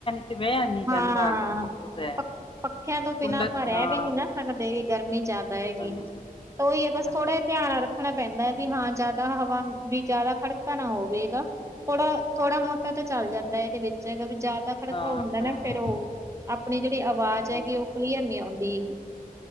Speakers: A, on the left (about 35°); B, on the right (about 20°).
A: ਤੇ ਬੇਆ ਨੀ ਜਾਂਦਾ
B: ਹਾਂ
A: ਗਰਮੀ ਬਹੁਤ ਹੈ
B: ਪ ਪੱਖਿਆਂ ਤੋਂ
A: ਕੁੱਲਰ
B: ਬਿਨਾਂ ਆਪਾਂ
A: ਹਾਂ
B: ਰਹਿ ਵੀ ਨਹੀਂ ਨਾ ਸਕਦੇ ਗਰਮੀ ਜ਼ਿਆਦਾ ਹੈਗੀ
A: ਹਾਂਜੀ
B: ਤਾਂ ਉਹੀ ਹੈ ਬਸ
A: ਹਾਂਜੀ
B: ਥੋੜ੍ਹਾ ਜ
A: ਹਾਂਜੀ,
B: ਧਿਆਨ ਰੱਖ ਰਖਣਾ ਪੈਂਦੈ ਵੀ ਹਾਂ ਜ਼ਿਆਦਾ ਹਵਾ ਵੀ ਜਿਆਦਾ ਖੜਕਾ ਨਾ ਹੋਵੇਗਾ ਥੋੜਾ ਥੋੜਾ ਮੋਟਾ ਤਾਂ ਚੱਲ ਜਾਂਦੈ ਇਹਦੇ ਵਿੱਚ ਹੈਗਾ ਵੀ ਜ਼ਿਆਦਾ ਖੜਕਾ
A: ਹਾਂ
B: ਹੁੰਦਾ
A: ਅਹ,
B: ਨਾ ਫੇਰ ਉਹ ਆਪਣੀ ਜਿਹੜੀ ਆਵਾਜ਼
A: ਹਾਂਜੀ
B: ਹੈਗੀ ਉਹ ਕਲੀਅਰ ਨਹੀਂ ਆਉਂਦੀ ਹੈਗੀ